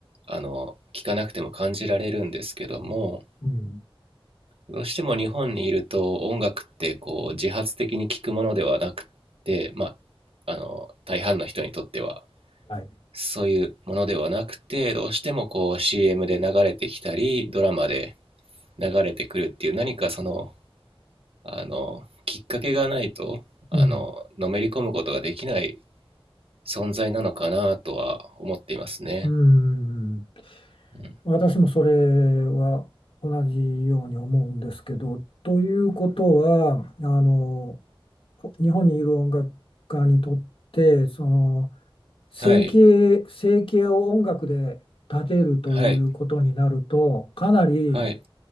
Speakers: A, on the right (about 80°); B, on the left (about 70°).
A: あの聞かなくても感じられるんですけども
B: うん。
A: どうしても日本にいると音楽ってこう自発的に聴くものではなくて、まあ、あの大半の人にとっては
B: はい。
A: そういうものではなくて、どうしてもこう CM で流れてきたり、ドラマで流れてくるっていう何かその、あの、きっかけがないと、あの、
B: うん。
A: のめり込むことができない存在なのかなとは思っていますね。
B: うん。
A: うん、
B: 私もそれは同じように思うんですけど、ということは、あの、日本にいる音楽家にとって、その生計、
A: はい、
B: 生計を音楽で立てるということになると、
A: はい、
B: かなり
A: はい。